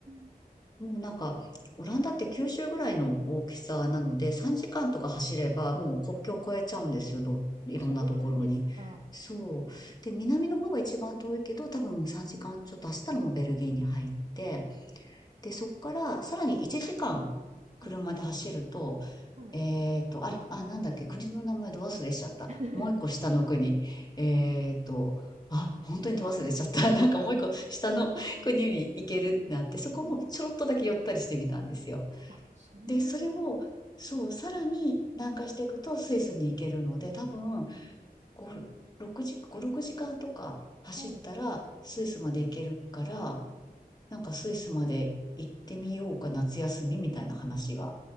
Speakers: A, on the right; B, on the left.
A: ん。
B: もうなんか、オランダって九州ぐらいの大きさなので、3時間とか走ればもう国境を越えちゃうんですよ、ど、いろんなところに。
A: そうなんですか。
B: そう。で、南の方が一番遠いけど、多分3時間ちょっと走ったらもうベルギーに入って、で、そこからさらに1時間車で走ると、
A: はい。はい。
B: えっと、あれ、あ、なんだっけ、国の名前ど忘れしちゃった。
A: <laughs>
B: もう一個下の国。えっと、あ、本当にど忘れしちゃった。<laughs> なんかもう一個下の国に行けるってなって、そこもちょろっとだけ寄ったりしてみたんですよ。
A: えー、あ、そんなに。
B: で、それを、そう、さらに南下していくとスイスに行けるので、多分、5、6時、5、6時間とか走ったらスイスまで行けるから、
A: はい。
B: なんかスイスまで行ってみようか、夏休みみたいな話が